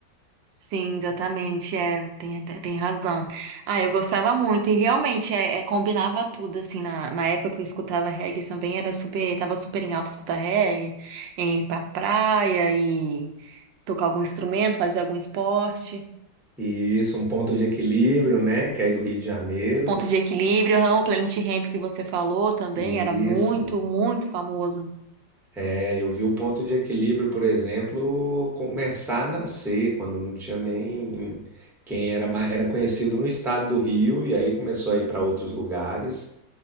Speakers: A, on the right; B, in the centre.
A: Sim, exatamente, é, tem, tem razão. Ah, eu gostava muito, e realmente, é, é, combinava tudo, assim, na, na época que eu escutava reggae também, era super, tava super em alta escutar reggae, em ir pra praia e tocar algum instrumento, fazer algum esporte.
B: Isso, um ponto de equilíbrio, né? Que é aí do Rio de Janeiro.
A: Ponto de equilíbrio, aham, o Planet Hemp que você falou também,
B: Isso.
A: era muito, muito famoso.
B: É, eu vi o ponto de equilíbrio, por exemplo, começar a nascer, quando não tinha nem quem era, ma- era conhecido no estado do Rio, e aí começou a ir para outros lugares.